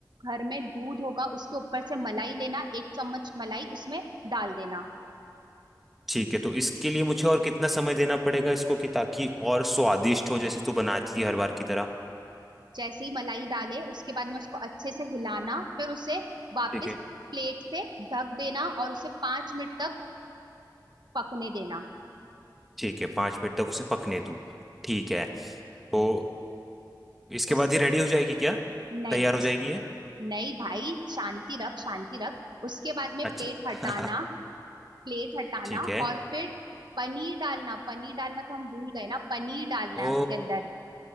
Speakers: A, on the right; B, in the centre.
A: घर में दूध होगा उसके ऊपर से मलाई लेना एक चम्मच मलाई उसमें डाल देना
B: ठीक है तो इसके लिए मुझे और कितना समय देना पड़ेगा इसको कि ताकि और स्वादिष्ट हो जैसे तो बनाती है हर बार की तरह
A: जैसे ही मलाई डाले उसके बाद में उसको अच्छे से हिलाना फिर उसे वापस
B: ठीक है
A: प्लेट से ढक देना और उसे पांच मिनट तक पकने देना
B: ठीक है पाँच मिनट तक उसे पकने दूँ ठीक
A: ठीक।
B: है तो इसके
A: उस
B: बाद ये रेडी हो जाएगी क्या
A: नहीं
B: तैयार हो
A: उस
B: जाएगी ये
A: नहीं भाई शांति रख शांति रख उसके बाद में
B: अच्छा
A: प्लेट
B: <laughs>
A: हटाना प्लेट हटाना
B: ठीक है
A: और फिर पनीर डालना पनीर डालना तो हम भूल गए ना पनीर डालना है
B: ओ
A: उसके अंदर